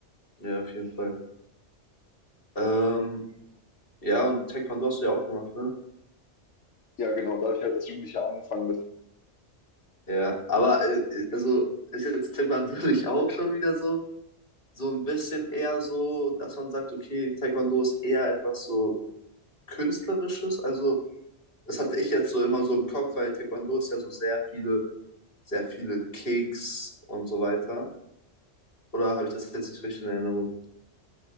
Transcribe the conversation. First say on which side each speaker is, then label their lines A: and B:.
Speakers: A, on the left; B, on the left.
A: ja, auf jeden Fall. Ähm, Ja, und Taekwondo hast du ja auch gemacht, ne?
B: Ja, genau, da habe ich halt als Jugendlicher angefangen mit.
A: Ja, aber äh, äh, also ist jetzt Taekwondo <laughs> nicht auch schon wieder so, so ein bisschen eher so, dass man sagt, okay, Taekwondo ist eher etwas so Künstlerisches. Also, das hatte ich jetzt so immer so im Kopf, weil Taekwondo ist ja so sehr viele, sehr viele Kicks und so weiter. Oder habe ich das jetzt nicht richtig in Erinnerung?